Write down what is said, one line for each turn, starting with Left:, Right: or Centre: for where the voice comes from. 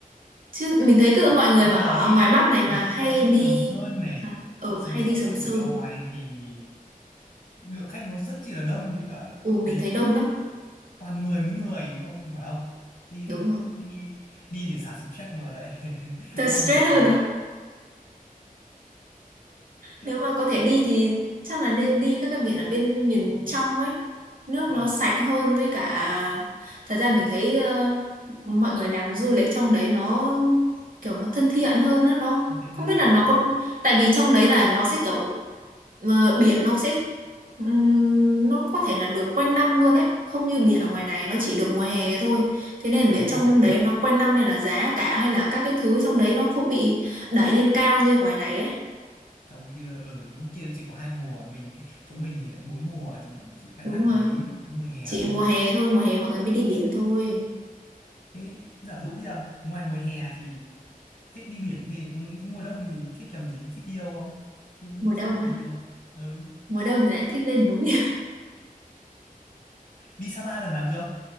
Right: Chứ mình thấy cứ
Left: ừ,
Right: mọi người
Left: nhưng
Right: mà
Left: mà
Right: ở
Left: đi
Right: ngoài Bắc này mà
Left: nếu như
Right: hay
Left: sợ đi
Right: đi
Left: Sầm Sơn này
Right: hả? Ờ
Left: Sầm
Right: hay
Left: Sơn
Right: đi Sầm
Left: hay
Right: Sơn.
Left: Cửa Lò này thì lượng khách nó rất chi là đông với cả
Right: Ừ mình
Left: đến
Right: thấy đông lắm.
Left: toàn người với người không phải không đi
Right: Đúng rồi.
Left: đi đi để xả stress mà lại <laughs>
Right: Thật
Left: mang
Right: stress
Left: bực vào
Right: hơn
Left: người
Right: à?
Left: trước
Right: nếu mà có thể đi thì chắc là nên đi các cái biển ở bên miền trong ấy nước
Left: ờ
Right: nó sạch hơn với cả thật ra mình thấy ờ, mọi người làm du lịch trong đấy nó kiểu nó thân thiện hơn đó nó
Left: thân thiện
Right: không
Left: hơn
Right: biết là nó
Left: ừ.
Right: có tại vì trong đấy là nó sẽ kiểu ờ, biển nó sẽ ừm, nó có thể là được quanh năm luôn đấy không như biển ở ngoài
Left: À,
Right: này nó chỉ được mùa hè thôi thế nên
Left: ừ
Right: biển
Left: đúng
Right: trong
Left: rồi
Right: đấy nó quanh năm nên là giá cả hay là các cái thứ trong đấy nó không bị đẩy lên cao như ngoài này ấy
Left: trong kia ở đúng kia nó chỉ có hai mùa mình chỗ mình thì lại bốn mùa chỉ chỉ khai
Right: đúng
Left: thác
Right: rồi
Left: được mấy cái mùa hè
Right: Chị
Left: thôi
Right: mùa hè thôi, mùa hè mọi người mới đi biển thôi.
Left: thế giả dụ bây giờ ngoài mùa hè thì thích đi biển thì cũng- thế mùa đông thì thích làm gì thích đi đâu không thích đi
Right: Mùa đông
Left: giả dụ
Right: á,
Left: đi đâu ừ
Right: mùa đông thì lại thích lên núi. <laughs>
Left: đi Sapa lần nào chưa